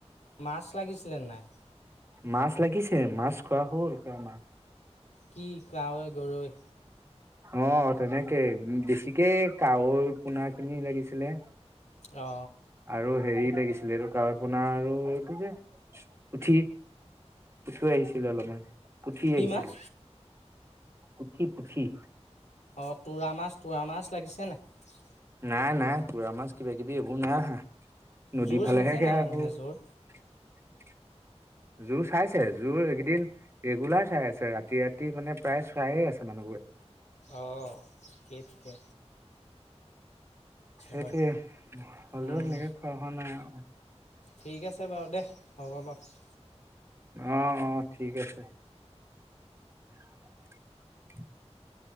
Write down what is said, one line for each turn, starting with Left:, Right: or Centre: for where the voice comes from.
Left: মাছ লাগিছিলে নাই
Right: মাছ লাগিছে মাছ খোৱা হ'ল খ মাছ
Left: কি কাৱৈ গৰৈ
Right: অ তেনেকে বেছিকে কাৱৈ পোনা খিনি লাগিছিলে
Left: অ
Right: আৰু হেৰি লাগিছিলে এইটো ক পোনাাৰ আৰু এইটো যে উঠি পুঠি আহিছিলে অলপমান পুঠি
Left: কি
Right: আহিছিলে
Left: মাছ
Right: পুঠি পুঠি
Left: অঁ তোৰা মাছ তোৰা মাছ লাগিছে নাই
Right: নাই নাই তোৰা মাছ কিবাাকিবি এইবোৰ নাই অহা নদীৰ
Left: জোৰ
Right: ফালেহে
Left: চাইছে নাই
Right: সেয়াবোৰ
Left: মানুহে জোৰ
Right: জোৰ চাইছে জোৰ এইকেইদিন ৰেগুলাৰ চাই আছে ৰাতি ৰাতি মানে প্ৰায় চাইে আছে মানুহবোৰে
Left: অঁ ঠিক আছে
Right: সেইটোোৱে
Left: বাৰু
Right: হ'লেও
Left: উম
Right: সেনেকে খোৱা হোৱা নাই।
Left: ঠিক আছে বাৰু দে হ'ব বাৰু
Right: অ অ ঠিক আছে <inaudible> <inaudible>